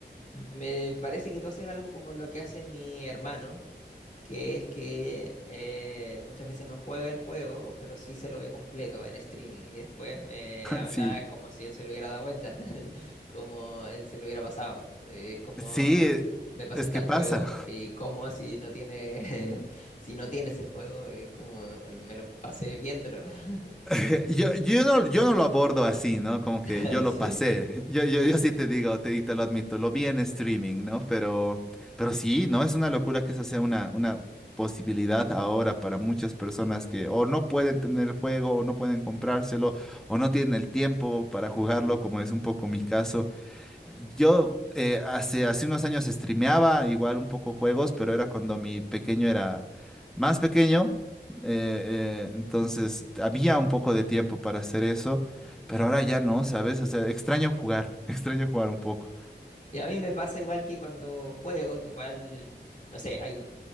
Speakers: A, on the left (about 45°); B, in the centre.
A: me parece que tú haces algo como lo que hace mi hermano, que es que eh, muchas veces no juega el juego, pero sí se lo ve completo en streaming y después me habla
B: <laughs> Sí.
A: como si él se lo hubiera dado vuelta, <laughs> como él se lo hubiera pasado. Eh, Es como
B: Sí,
A: me pasé
B: es
A: tal
B: que pasa.
A: juego y como si no tiene <laughs> si no tienes el juego, es como me lo pasé viéndolo. <laughs>
B: <laughs> Yo, yo no, yo no lo abordo así, ¿no? Como que
A: Así
B: yo lo pasé.
A: es que
B: Yo, yo, yo sí te digo, te, y te lo admito, lo vi en streaming, ¿no? Pero, pero sí, ¿no? Es una locura que esa sea una, una posibilidad ahora para muchas personas que o no pueden tener el juego, o no pueden comprárselo, o no tienen el tiempo para jugarlo, como es un poco mi caso. Yo eh, hace, hace unos años streameaba igual un poco juegos, pero era cuando mi pequeño era más pequeño. eh, eh, entonces había un poco de tiempo para hacer eso, pero ahora ya no, ¿sabes? O sea, extraño jugar, <laughs> extraño jugar un poco.
A: y a mí me pasa igual que cuando juego, que igual, no sé, hay